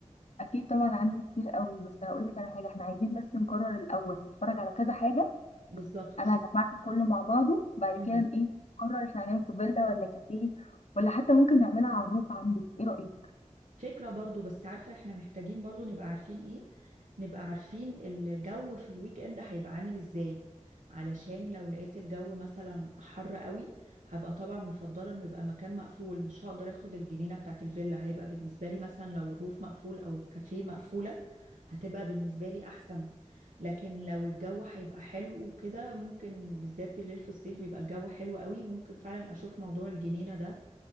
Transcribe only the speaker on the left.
اكيد طبعا عندي كتير قوي بس هقول لك على حاجة احنا عايزين بس نقرر الاول نتفرج على كذا حاجة
انا هجمعك كله مع بعضه بعد
كده ايه نقرر احنا هنعمل في فيلا ولا كافيه ولا حتى ممكن نعملها على الروف عندك ايه رأيك